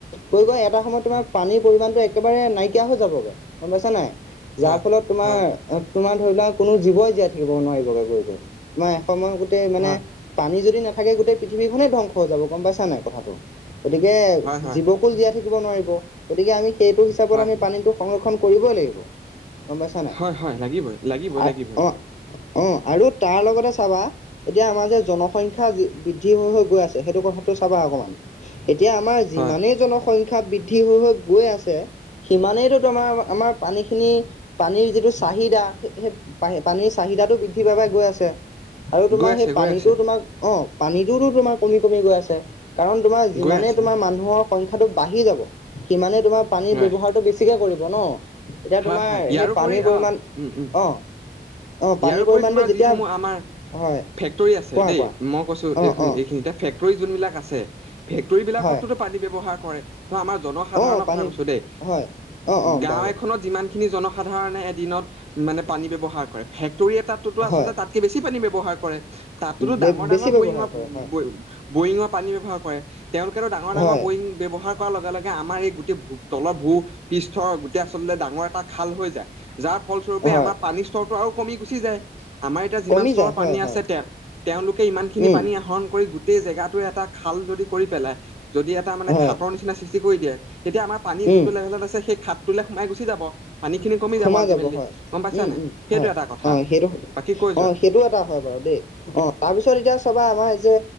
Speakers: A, on the left; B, on the right.
A: গৈ গৈ এটা সময়ত
B: হয়
A: তোমাৰ পানীৰ পৰিমাণটো একেবাৰে নাইকিয়া হৈ যাবগে, গম পাইছা নাই?
B: হয়
A: যাৰ ফলত তোমাৰ
B: হয়
A: তোমাৰ ধৰি লোৱা কোনো জীৱই জীয়াই থাকিব নোৱাৰিবগৈ গৈ গৈ। তোমাৰ এক সময়ত গোটেই মানে
B: হয়
A: পানী যদি নাথাকে গোটেই পৃথিৱী খনে ধ্বংস হৈ যাব গম পাইছা নাই কথাটো? গতিকে
B: হয়
A: জীৱক ফুল জীয়াই থাকিব নোৱাৰিব। গতিকে আমি সেইটো হিচাপত
B: হয়
A: আমি পানীতটো সংৰক্ষণ কৰিবই লাগিব। গম পাইছা নাই?
B: হয় হয় লাগিবই লাগিব
A: অ
B: লাগিব
A: অ অ আৰু তাৰ লগতে চাবা এতিয়া আমাৰ যে জনসংখ্যা বৃদ্ধি হৈ গৈ আছে সেইটো কথাটো চাবা অকমান, এতিয়া আমাৰ যিমানেই
B: হয়
A: জনসংখ্যা সংখ্যা বৃদ্ধি হৈ হৈ গৈ আছে, সিমানেইটো তোমাৰ আমাৰ পানী খিনি পানীৰ যিটো চাহিদা, সেই পানীৰ চাহিদাটো বৃদ্ধি পাই পাই গৈ আছে। আৰু তোমাৰ
B: গৈ আছে
A: সেই
B: গৈ
A: পানীটো
B: আছে
A: তোমাৰ অ পানীটো তোমাৰ কমি কমি গৈ আছে। কাৰণ তোমাৰ যিমানে
B: গৈ আছে
A: তোমাৰ মানুহৰ সংখ্যাটো বাঢ়ি যাব, সিমানে তোমাৰ পানীৰ
B: হয়
A: ব্যৱহাৰটো বে কে কৰিব ন। এতিয়া তোমাৰ
B: হয় হয় ইয়াৰোপৰি
A: সেই পানীৰ পৰিমাণ
B: অ উম উম
A: অঁ অ', পানীৰ
B: ইয়াৰোপৰি
A: পৰিমাণটো
B: তোমাৰ
A: যেতিয়া
B: যিসমূহ আমাৰ
A: হয়
B: ফেক্টৰী আছে
A: কোৱা
B: দেই
A: কোৱা
B: মই কৈছো
A: অ
B: এই
A: অ
B: এইখিনতে ফেক ফেক্টৰী যোনবিলাক আছে ফেক্টৰী বিলাকতো
A: হয়
B: পানী ব্যৱহাৰ কৰে ধৰ আমাৰ জনসাধাৰণৰ
A: অ পানী
B: কথা কৈছো দেই
A: হয় অ অ
B: গাঁও
A: বাৰু
B: এখনত যিমানখিনি জনসাধাৰণে এদিনত মানে পানী ব্যৱহাৰ কৰে ফেক্টৰী এটাত আচলতে
A: হয়
B: তাতটো বেছি পানী ব্যৱহাৰ কৰে তাতোতো
A: বে
B: ডাঙৰ
A: বেছি
B: ডাঙৰ
A: ব্যৱহাৰ
B: বৰিঙৰ
A: কৰে হয়
B: বৰিঙৰ পানী ব্যৱহাৰ কৰে তেওঁলোকেতো ডাঙৰ ডাঙৰ
A: হয়
B: বৰিং ব্যৱহাৰ লগে লগে আমাৰ এই গোটেই তলৰ ভূ পৃষ্ঠৰ গোটেই আচলতে ডাঙৰ এটা খাল হৈ যায় যাৰ ফলস্বৰূপে
A: হয়
B: আমাৰ পানীৰ স্তৰটো আৰু কমি গুচি যায় আমাৰ এতিয়া যিমান
A: কমি
B: চৰ
A: যায় হয়
B: পানী
A: হয়
B: আছে তেওঁ তেওঁলোকে ইমান খিনি
A: উম
B: পানী আহৰণ কৰি গোটেই জেগাটো এটা খাল যদি কৰি পেলাই যদি এটা তাৰ মানে
A: হয়
B: খাতৰ নিচিনা সৃষ্টি কৰি দিয়ে তেতিয়া আমাৰ পানী যোনটো
A: উম
B: লেভেলত আছে সেই খাতটোলে সোমাই গুচি যাব। পানীখিনি কমি
A: সোমাই
B: যাব আল্টিমেটলি
A: হয়
B: গম পাইছানে
A: উম উম
B: সেইটো
A: হয়
B: এটা কথা।
A: অ সেইটো
B: বাকী কৈ যোৱা?
A: অ সেইটো এটা হয় বাৰু দেই অ', তাৰপিছত এতিয়া চবা আমাৰ এই যে